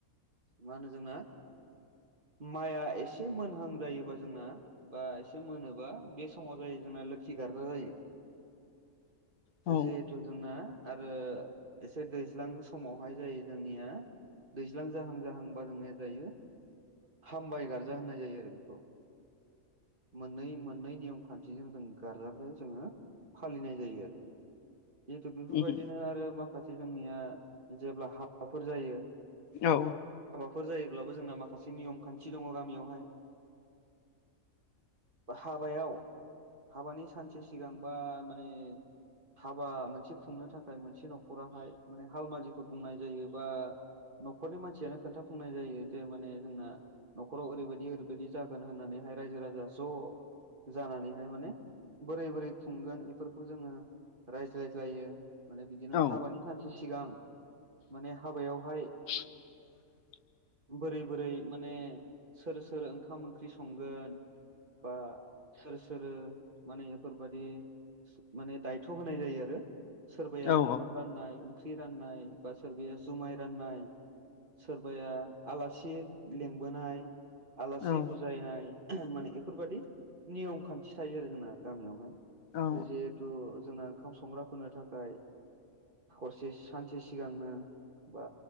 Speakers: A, on the right (about 40°); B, on the left (about 75°).
A: मा होनो जोंना माइया एसे मोनहां जायोबा जोंना बा एसे मोनोबा बे समाव जायो जों जोंना लोखि गारजा जायो
B: औ
A: जिहेथु जोंना। आरो एसे दैज्लां समावहाय जायो जोंनिया। दैज्लां जाहां जाहां बा जोंनिया जायो। हामबाय गार्जा होननाय जायो आरो बेखौ। मोननै मोननै नियम खान्थिजों जों गारजा। खौ जोङो फालिनाय जायो आरो जिहेतु बेफोरबायदिनो
B: उम
A: आरो माखासे साखाथि जोंनिया जेब्ला हाबाफोर जायो।
B: औ।
A: फोर जायोब्लाबो जोंना माखासे नियम खान्थि दङ गामियावहाय हाबायाव हाबानि सानसे सिगांबा माने हाबा मोनसे खुंनो थाखाय मोनसे न'खराहाय माने हालमाजिखौ बुंनाय जायो बा न'खरनि मानसियानो खोन्थाफुंनाय जायो जे माने जोंना न'खराव ओरैबायदि ओरैबायदि जागोन होननानै। रायजो राजा ज' जानानैहाय माने बोरै बोरै खुंगोन बेफोरखौ जोङो रायज्लायज्लायो माने बिदिनो
B: औ
A: हाबानि सानसे सिगां माने हाबायावहाय
B: <inaudible>
A: बोरै बोरै माने सोर सोर ओंखाम ओंख्रि संगोन बा सोर सोर माने बेफोरबायदि माने दायथ' होनाय जायो आरो। सोरबाया
B: औ
A: ओंखाम राननाय ओंख्रि राननाय बा सोरबाया जुमाय राननाय सोरबाया आलासि लिंबोनाय। आलासि
B: औ
A: बुजायनाय माने बेफोरबायदि नियम खान्थि थायो आरो जोंना। गामियावहाय
B: औ
A: जिहेथु जोंना ओंखाम संग्राफोरनो थाखाय हरसे सानसे सिगांनो बा